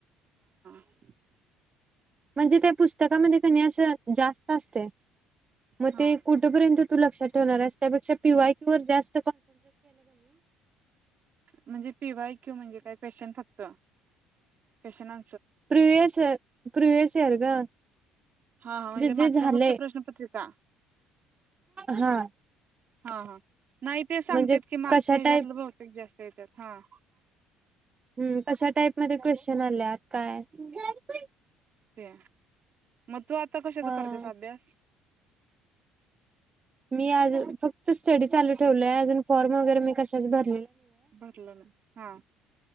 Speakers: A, on the right; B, on the right.
A: <unintelligible>
B: म्हणजे ते पुस्तकामध्ये कणी अस जास्त असतय म
A: हा
B: ते कुठपर्यंत तू लक्षात ठेवणारस त्यापेक्षा पिवाय कीव वर जास्
A: म्हणजे पी वाय क्यू म्हणजे काही क्वेशन फक्त क्वेशना
B: प्रिवियस प्रिवियस इयर ग
A: हा हा म्हणजे मागच्या
B: जे झालंय
A: फक्त प्रश्नपत्रीका
B: हा
A: हा हा नाही ते सांगतात
B: म्हणजे
A: की मागच्या
B: कशा
A: ह्याच्यातलं
B: टाईप
A: बहुतेक जास्त देत्यात हा
B: हम् कशा टाईप मध्ये क्वेश्चन आल्यात काय. गाडीपण -
A: प्या <unintelligible> तू आता कशाचा
B: हा
A: करतेस अभ्यास
B: मी आज फक्त फक्त स्टडी चालू ठेवलंय अजून फॉर्म वगेरे मी कशाचा भरले -
A: भरलं ना हा